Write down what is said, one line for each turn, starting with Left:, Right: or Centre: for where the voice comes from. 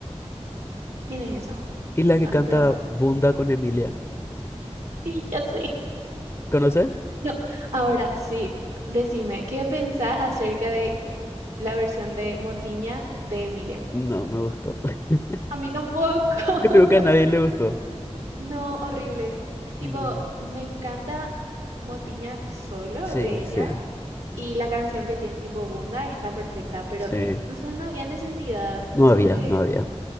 Right: ¿Quién es esa?
Left: Y la que
Right: Ay,
Left: canta
Right: perdón.
Left: Bunda con Emilia.
Right: Sí, ya sé.
Left: ¿Conoces?
Right: No, ahora sí, decime, ¿qué pensás acerca de la versión de Motiña de Emilia.
Left: No, me gustó. <laughs>
Right: A mí tampoco. <laughs>
Left: Yo creo que a nadie le gustó.
Right: No, horrible. Tipo,
Left: No.
Right: me encanta Motiña solo
Left: Sí,
Right: de ella
Left: sí,
Right: y la canción que tiene tipo Bunda está perfecta, pero
Left: sí.
Right: eh, no sé, no había necesidad.
Left: No
Right: Siento
Left: había,
Right: que
Left: no había.